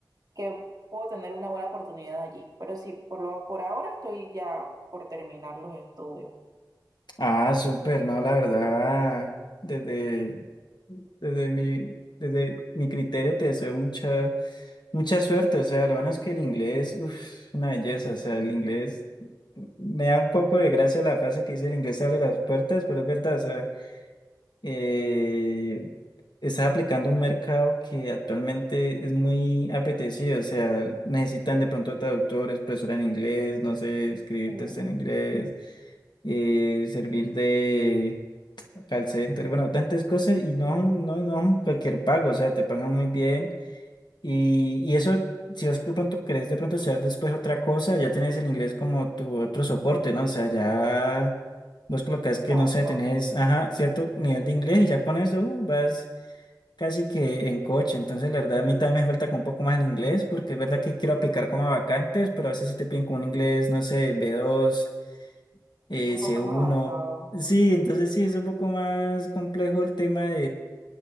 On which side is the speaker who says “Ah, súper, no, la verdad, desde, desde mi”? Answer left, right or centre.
Left